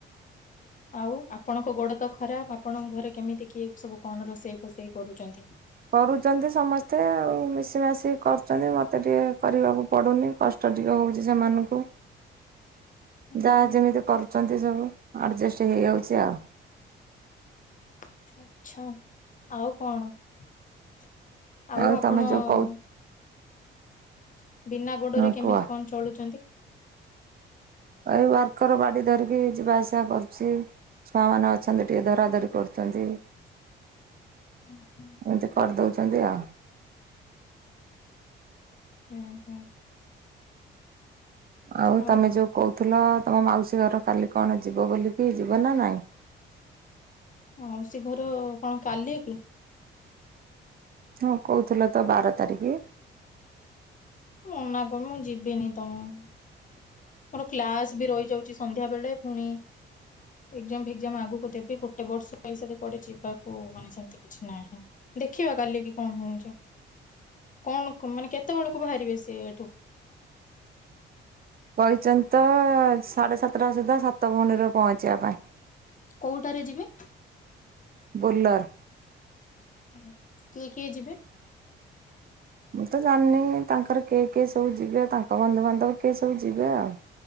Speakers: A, on the left (about 40°); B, on the right (about 50°).
A: <inaudible> <inaudible>
B: <inaudible> <inaudible>
A: <inaudible>
B: <inaudible>
A: ଉଁ ହୁଁ <inaudible>
B: ଆଉ ତମେ ଯୋଉ କହୁ
A: <inaudible>
B: ହଁ କୁହ <inaudible> <inaudible>
A: <inaudible>
B: <inaudible>
A: <inaudible>
B: <inaudible>
A: ଆଉ <inaudible>
B: <inaudible>
A: <inaudible> <inaudible> <inaudible> <inaudible>
B: <inaudible>
A: <inaudible>
B: <inaudible>
A: <inaudible>
B: <inaudible>